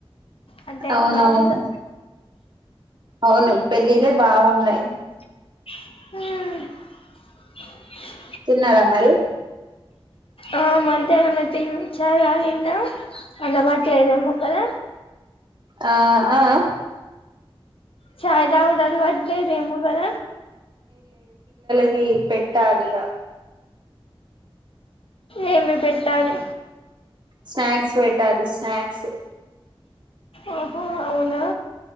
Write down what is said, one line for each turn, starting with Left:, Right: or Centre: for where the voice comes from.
Left: అంటే
Right: అవునవును
Left: ఎళ్ళాలిగా
Right: అవును పెళ్ళిళ్ళే బాగున్నాయి
Left: <unintelligible>
Right: తిన్నారా మరి
Left: ఆ మధ్యాహ్నమే త్తింగ్ చార్ ఆగింద అలవాట్లేదేమో కదా
Right: ఆ అ అ
Left: సరి <unintelligible> అట్లే మేము కద
Right: <unintelligible> పెట్టాలిగా
Left: ఏమి పెట్టాలి
Right: స్నాక్స్ పెట్టాలి స్నాక్స్
Left: ఆహో అవునా